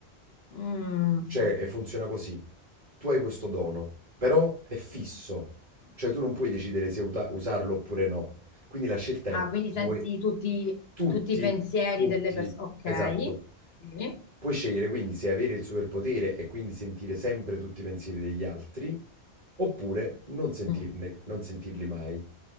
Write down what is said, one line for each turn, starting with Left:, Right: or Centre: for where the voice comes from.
Left: Mm.
Right: cioè, e funziona così tu hai questo dono, però è fisso, cioè tu non puoi decidere se uta- usarlo oppure no. Quindi la scelta
Left: Ah,
Right: è,
Left: quindi senti
Right: vuoi
Left: tutti,
Right: tutti,
Left: tutti i pensieri
Right: tutti,
Left: delle persone. Ok.
Right: esatto.
Left: Sì.
Right: Puoi scegliere quindi se avere il superpotere e quindi sentire sempre tutti i pensieri degli altri, oppure non sentirne,
Left: Mm.
Right: non sentirli mai.